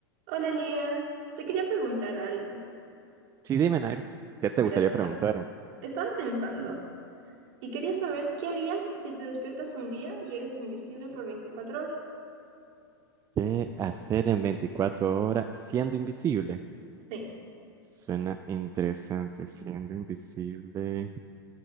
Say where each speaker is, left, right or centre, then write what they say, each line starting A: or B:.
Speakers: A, on the right; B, on the right.
A: Hola Elías, te quería preguntar algo.
B: Sí, dime, Nair, ¿qué te
A: Verás,
B: gustaría
A: esta-
B: preguntarme?
A: estaba pensando y quería saber qué harías si te despiertas un día y eres invisible por veinticuatro horas.
B: ¿Qué hacer en 24 horas siendo invisible?
A: Sí.
B: Suena interesante, siendo invisible.